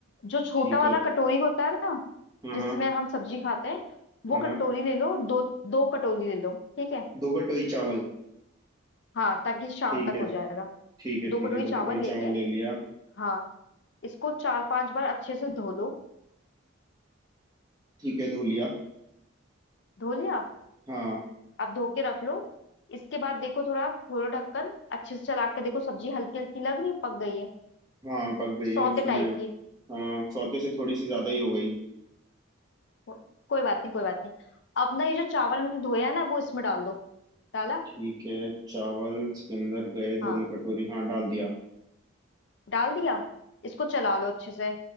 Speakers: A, on the left (about 55°); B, on the right (about 20°).
A: जो छोटा
B: ठीक
A: वाला
B: है
A: कटोरी होता है ना
B: हाँ
A: जिसमें
B: हाँ
A: हम सब्जी खाते हैं वो
B: हाँ
A: कटोरी
B: हाँ
A: ले लो दो दो कटोरी ले लो ठीक है
B: दो कटोरी चावल
A: हाँ ताकि शाम
B: ठीक
A: तक
B: है
A: हो जाएगा
B: ठीक है
A: दो
B: ठीक
A: कटोरी
B: है दो
A: चावल
B: कटोरी
A: लेके
B: चावल ले लिया
A: हाँ इसको चार पांच बार अच्छे से धो लो
B: ठीक है धो लिया
A: धो लिया
B: हाँ
A: अब धो के रख लो इसके बाद देखो थोड़ा खोलो ढक्कन अच्छे से चला के देखो सब्जी हल्की हल्की लग रही है पक गई है
B: हाँ पक गई है
A: सौते
B: उसमें
A: टाइप की
B: हाँ सौते से थोड़ी सी ज़्यादा ही हो गई
A: को- कोई बात नहीं कोई बात नहीं अब ना ये जो चावल हमने धोया है ना वो इसमें डाल दो डाला
B: ठीक है चावल इसके अंदर गए
A: हाँ
B: दोनों कटोरी हाँ डाल दिया
A: डाल दिया इसको चला लो अच्छे से